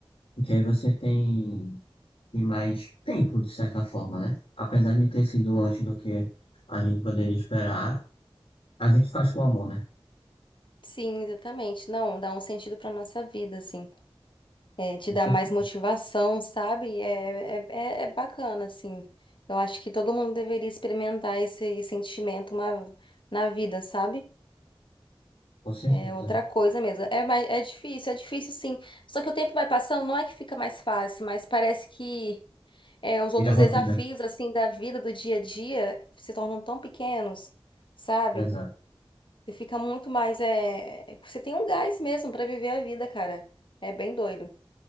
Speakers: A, on the left (about 75°); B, on the left (about 60°).
A: porque aí você tem e mais tempo, de certa forma, né? Apesar de ter sido antes do que a gente poderia esperar, a gente faz com amor, né?
B: Sim, exatamente. Não, dá um sentido pra nossa vida, assim. É, te
A: Com
B: dá
A: certeza,
B: mais motivação, sabe? É, é, é é bacana, assim. Eu acho que todo mundo deveria experimentar esse sentimento uma- na vida, sabe?
A: com certeza.
B: É outra coisa mesmo. É, mais- é difícil, é difícil sim. Só que o tempo vai passando, não é que fica mais fácil, mas parece que é, os outros
A: Vira rotina.
B: desafios, assim, da vida, do dia a dia, se tornam tão pequenos, sabe?
A: Exato,
B: Você fica muito mais, é... Você tem um gás mesmo pra viver a vida, cara. É bem doido.